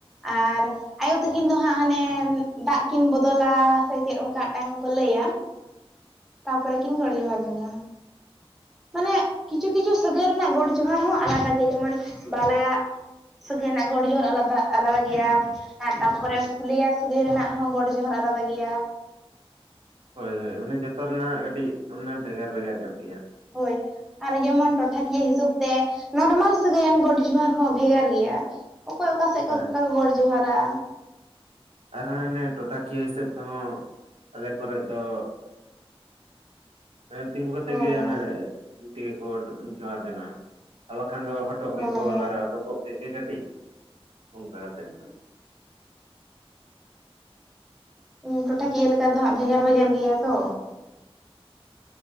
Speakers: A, in the centre; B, on the right.
A: ᱟᱨ ᱟᱭᱳ ᱛᱟᱠᱤᱱ ᱫᱚ ᱦᱟᱸᱜ ᱦᱟᱱᱮ ᱫᱟᱜ ᱠᱤᱱ ᱵᱚᱫᱚᱞᱟ ᱥᱮ ᱪᱮᱫ ᱚᱝᱠᱟ ᱢᱤᱫᱴᱟᱝ ᱠᱚ ᱞᱟᱹᱭᱟ
B: <inaudible>
A: ᱛᱟᱯᱚᱨᱮ ᱠᱤᱱ ᱜᱚᱰ ᱡᱚᱦᱟᱨ ᱡᱚᱝᱟᱜ-ᱟ ᱢᱟᱱᱮ ᱠᱤᱪᱷᱩ ᱠᱤᱪᱷᱩ ᱥᱟᱹᱜᱟᱹᱭ ᱨᱮᱱᱟᱜ ᱜᱚᱰ ᱡᱚᱦᱟᱨ ᱦᱚᱸ ᱟᱞᱟᱫᱟ ᱜᱮ ᱡᱮᱢᱚᱱ ᱵᱟᱞᱟᱭᱟ ᱥᱟᱹᱜᱟᱹᱭ ᱨᱮᱱᱟᱜ ᱜᱚᱰ ᱡᱷᱚᱦᱚᱨ ᱟᱞᱟᱫᱟ ᱟᱞᱟᱫᱟ ᱜᱮᱭᱟ ᱟᱨ ᱛᱟᱯᱚᱨᱮ ᱯᱷᱩᱞᱮᱭᱟ ᱥᱟᱹᱜᱟᱹᱭ ᱨᱮᱱᱟᱜ ᱦᱚᱸ ᱜᱚᱰ ᱡᱚᱦᱟᱨ ᱟᱞᱟᱫᱟ ᱜᱮᱭᱟ
B: ᱦᱳᱭ ᱦᱳᱭ ᱢᱟᱱᱮ ᱡᱚᱛᱚ ᱨᱮᱱᱟᱜ ᱠᱟᱹᱴᱤᱡ ᱢᱟᱱᱮ ᱵᱷᱮᱜᱟᱨ ᱵᱷᱮᱜᱟᱨ ᱧᱚᱜ ᱜᱮᱭᱟ
A: ᱦᱳᱭ ᱟᱨ ᱡᱮᱢᱚᱱ ᱴᱚᱴᱷᱟᱠᱤᱭᱟᱹ ᱦᱤᱥᱟᱹᱵ ᱛᱮ ᱱᱚᱨᱢᱟᱞ ᱥᱟᱹᱜᱟᱹᱭᱟᱱ ᱜᱚᱰ ᱡᱚᱦᱟᱨ ᱦᱚᱸ ᱵᱷᱮᱜᱟᱨ ᱜᱮᱭᱟ ᱚᱠᱚᱭ ᱚᱠᱟ ᱥᱮᱫ
B: ᱦᱮᱸ
A: ᱠᱚ ᱜᱚᱰ ᱡᱚᱦᱟᱨᱟ
B: ᱟᱨ ᱚᱱᱮ ᱴᱚᱴᱷᱟᱠᱤᱭᱟᱹ ᱦᱤᱥᱟᱹᱵ ᱛᱮᱦᱚᱸ ᱟᱞᱮ ᱠᱚᱨᱮ ᱫᱚ ᱛᱤᱸᱜᱩ ᱠᱟᱛᱮᱫ
A: ᱦᱳᱭ
B: ᱜᱮ ᱚᱱᱮ
A: ᱦᱳᱭ
B: ᱛᱮᱜᱮ ᱠᱚ ᱡᱚᱦᱟᱨ ᱡᱚᱱᱟᱜ-ᱟ ᱟᱨ ᱵᱟᱠᱷᱟᱱ ᱫᱚ ᱦᱚᱴᱚᱜ
A: ᱦᱳᱭ
B: ᱜᱮᱠᱚ
A: ᱦᱳᱭ
B: ᱞᱟᱲᱟᱣ ᱰᱚᱵᱚᱜ ᱠᱮᱫ ᱜᱮ ᱠᱟᱹᱴᱤᱡ ᱚᱝᱠᱟ ᱠᱟᱛᱮᱫ
A: ᱦᱩᱸ, ᱴᱚᱴᱷᱟᱠᱤᱭᱟᱹ ᱞᱮᱠᱟ ᱫᱚ ᱦᱟᱸᱜ ᱵᱷᱮᱜᱟᱨ ᱵᱷᱮᱜᱟᱨ ᱜᱮᱭᱟ ᱛᱚ